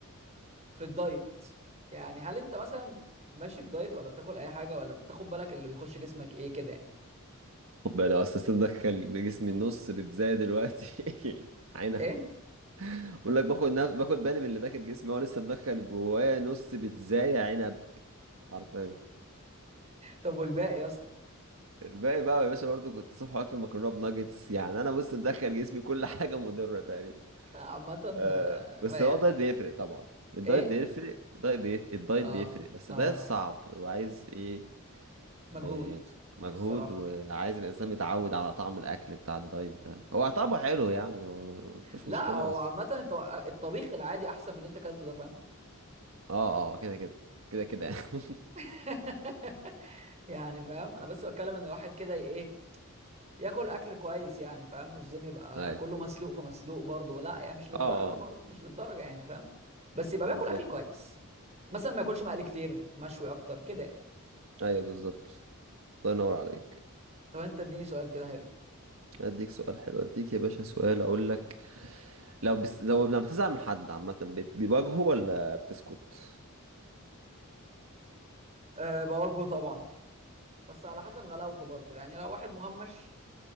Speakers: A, on the right (about 30°); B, on the right (about 65°).
A: في الدايت يعني هل انت مثلا ماشي بدايت ولا بتاكل اي حاجه ولا بتاخد بالك اللي بيخش جسمك ايه كده يعني؟
B: خد بالك لو اساسا دخل جسمي النص بتزايد دلوقتي <laughs> عينب
A: ايه
B: بقول لك باخد نف... باخد بالي من اللي داخل جسمي هو لسه مدخل جوايا نص بتزايد عنب حرفيا
A: طب والباقي يا اسطى
B: الباقي بقى يا باشا برضو كنت صبح واكل مكرونه بناجتس يعني انا بص مدخل جسمي كل <laughs> حاجه مضره تقريبا
A: عامه
B: آه
A: آه،
B: بس
A: ما
B: هو
A: يعني
B: الدايت بيفرق طبعا الدايت
A: ايه
B: بيفرق الدايت بيت... الدايت
A: اه
B: بيفرق بس
A: اه
B: ده صعب وعايز ايه
A: مجهود
B: إيه، مجهود
A: الصراحه
B: وعايز يبقى الانسان متعود على طعم الاكل بتاع الدايت ده هو طعمه حلو يعني هو مفيش
A: لا
B: مشكله
A: هو
B: بس
A: عامة انت الطبيخ العادي احسن من اللي انت اكلته ده فاهم
B: اه اه كده كده كده كده يعني <laughs>
A: <laughs> يعني فاهم انا بس بتكلم ان الواحد كده ي- ايه ياكل اكل كويس يعني فاهم مش زي ما يبقى
B: ايوه
A: كله مسلوق في مسلوق برضه لا يعني مش للدرجة
B: اه اه
A: برضه مش للدرجة يعني فاهم بس يبقى
B: بالظبط
A: بياكل اكل كويس مثلا ما ياكلش مقلي كتير مشوي اكتر كده يعني
B: ايوه بالظبط الله ينور عليك
A: طب انت اديني سؤال كده حلو
B: اديك سؤال حلو اديك يا باشا سؤال اقول لك لو بس لو لما بتزعل من حد عامه بتواجهه ولا بتسكت
A: أه بواجهه طبعا بس على حسب غلاوته برضه يعني لو واحد مهمش